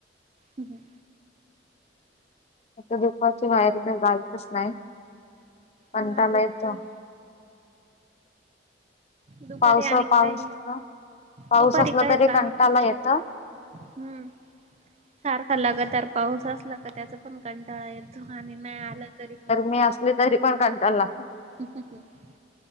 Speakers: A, on the right; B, on the left.
A: हम्म
B: आता दुपारची बाहेर तर जायचच नाही. कंटाला
A: हा दुपारी
B: येतो
A: दुपारी
B: पावस
A: आणि
B: पाऊस
A: काय
B: पाऊस
A: दुपारी
B: असला
A: काय
B: तरी
A: काम
B: कंटाला
A: पण नाही.
B: येत हो
A: हम्म सारखा लागदार तर पाऊस असला का त्याच पण कंटाळा येतो आणि नाही आलं तरी पण
B: मी असले तरी पण कंटालला.
A: ह <inaudible>